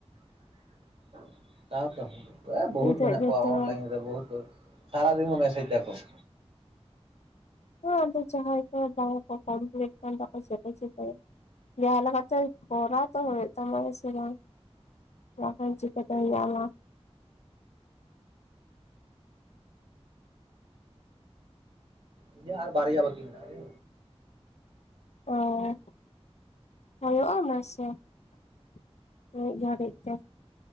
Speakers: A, on the right (about 55°); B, on the left (about 80°).
A: <inaudible> ᱥᱟᱶ ᱛᱮᱦᱚᱸ ᱵᱚᱦᱩᱛ
B: ᱱᱤᱛᱚᱜ
A: ᱢᱮᱱᱟᱜ
B: ᱡᱚᱛᱚ
A: ᱠᱚᱣᱟ ᱚᱱᱞᱟᱭᱤᱱ
B: ᱦᱚᱲ
A: ᱨᱮ ᱵᱚᱦᱩᱛ ᱥᱟᱨᱟ ᱧᱤᱫᱟᱹ ᱠᱚ ᱢᱮᱥᱮᱡᱽ ᱮᱫᱟᱠᱚ᱾
B: ᱦᱮᱸ ᱟᱫᱚ ᱡᱟᱦᱟᱸᱭ ᱠᱚ ᱵᱟᱝ ᱠᱚ ᱠᱚᱢᱯᱞᱤᱴ ᱠᱷᱟᱱ <unintelligible> ᱡᱟᱦᱟᱸ ᱞᱮᱠᱟᱛᱮ ᱠᱚᱨᱟᱣ ᱛᱚ ᱦᱩᱭᱩᱜ ᱛᱟᱢᱟ ᱦᱮᱸ ᱥᱮ ᱵᱟᱝ ᱾ ᱵᱟᱠᱷᱟᱱ ᱪᱤᱠᱟᱛᱮᱢ ᱧᱟᱢᱟ ᱾
A: ᱤᱧᱟᱜ ᱟᱨ ᱵᱟᱨᱭᱟ ᱵᱟᱠᱤ ᱢᱮᱱᱟᱜ-ᱟ ᱾
B: ᱚ <inaudible> ᱦᱩᱭᱩᱜ-ᱟ ᱢᱟ ᱥᱮ ᱾ <inaudible> ᱢᱤᱫ ᱜᱷᱟᱲᱤᱡ ᱛᱮ ᱾